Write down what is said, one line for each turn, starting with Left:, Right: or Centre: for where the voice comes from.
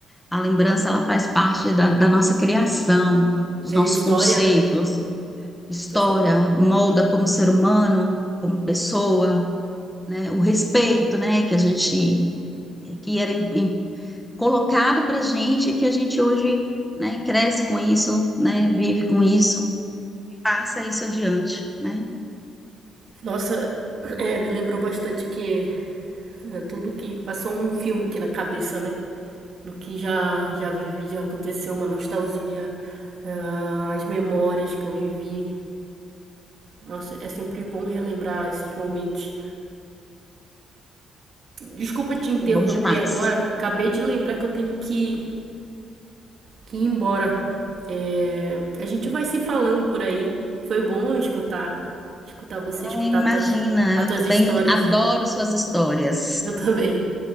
Centre: A lembrança, ela faz parte da, da nossa criação, dos nossos
Right: É história,
Centre: conceitos.
Right: né?
Centre: História
Right: Para
Centre: molda como ser humano, como pessoa, né? O respeito, né? Que a gente, que era im- colocado para a gente que a gente hoje, né, cresce com isso, né, vive com isso, passa isso adiante, né?
Right: Nossa, é, me lembrou bastante que é, tudo que passou um filme aqui na cabeça, né? Do que já já vivi, já aconteceu, uma nostalgia, ah, as memórias que eu vivi. Nossa, é sempre bom relembrar esses momentos. Desculpa te interromper
Centre: É bom demais.
Right: agora, acabei de lembrar que eu tenho que, que ir embora. É, a gente vai se falando por aí. Foi bom escutar, escutar você,
Centre: Ai,
Right: escutar
Centre: imagina,
Right: as tuas, as
Centre: eu
Right: tuas
Centre: também
Right: histórias.
Centre: adoro suas histórias.
Right: Eu também.